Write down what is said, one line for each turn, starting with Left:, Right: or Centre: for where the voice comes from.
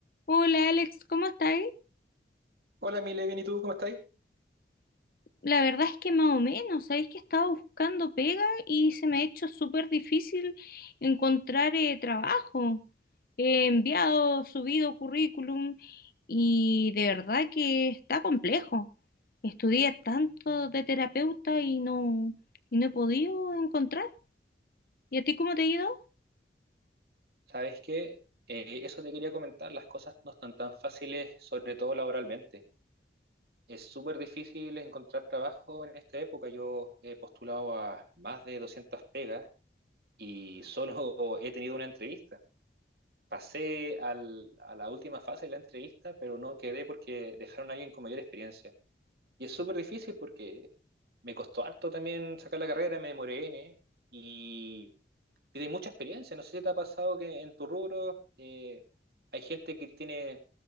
Left: Hola Alex, ¿cómo estáis?
Right: Hola, Mile, bien, ¿y tú cómo estáis?
Left: La verdad es que más o menos, sabéis que he estado buscando pega y se me ha hecho súper difícil encontrar eh, trabajo. He enviado, subido currículum y de verdad que está complejo. Estudié tanto de terapeuta y no, y no he podido encontrar. ¿Y a ti cómo te ha ido?
Right: ¿Sabes que eh, eso te quería comentar, las cosas no están tan fáciles, sobre todo laboralmente. Es súper difícil encontrar trabajo en esta época. Yo he postulado a más de 200 pegas y solo <laughs> he tenido una entrevista. Pasé al- a la última fase de la entrevista, pero no quedé porque dejaron a alguien con mayor experiencia. Y es súper difícil porque me costó harto también sacar la carrera, me demoré N, y tiene mucha experiencia. No sé si te ha pasado que en tu rubro eh, hay gente que tiene